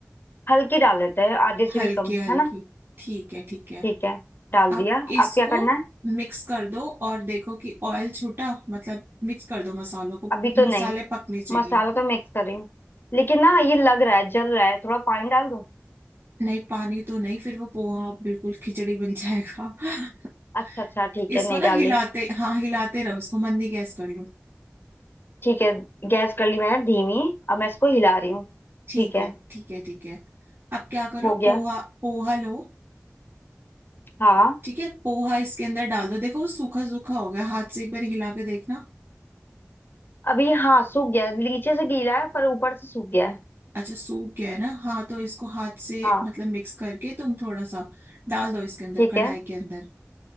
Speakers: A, on the left (about 45°); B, on the right (about 45°).
A: हल्की डाल लेते हैं आधे से
B: हल्की
A: भी कम
B: हल्की
A: है ना
B: ठीक है ठीक है
A: ठीक है डाल
B: अब
A: दिया
B: इसको
A: अब क्या करना है
B: मिक्स कर दो और देखो कि ऑयल छूटा मतलब मिक्स कर दो मसालों को
A: अभी तो
B: मसाले
A: नहीं
B: पकने चाहिए
A: मसाला तो मिक्स कर रही हूँ लेकिन ना ये लग रहा है जल रहा है थोड़ा पानी डाल दूं
B: नहीं पानी तो नहीं फिर वो पोहा बिल्कुल खिचड़ी बन जाएगा <laughs>
A: अच्छा अच्छा ठीक
B: इसको
A: है नहीं
B: ना
A: डाली
B: हिलाते हाँ हिलाते रहो इसको मंदी गैस कर लो
A: ठीक है गैस कर ली मैंने धीमी अब मैं इसको हिला रही हूँ
B: ठीक
A: ठीक है
B: है ठीक है ठीक है अब क्या करो
A: हो गया
B: पोहा पोहा लो
A: हाँ
B: ठीक है पोहा इसके अंदर डाल दो देखो वो सूखा सूखा हो गया हाथ से एक बार हिला के देखना
A: अभी हाँ सूख गया नीचे से गीला है पर ऊपर से सूख गया है
B: अच्छा सूख गया है ना हाँ तो इसको हाथ से
A: हाँ
B: मतलब मिक्स करके तुम थोड़ा सा डाल दो इसके अंदर
A: ठीक
B: कढ़ाई
A: है
B: के अंदर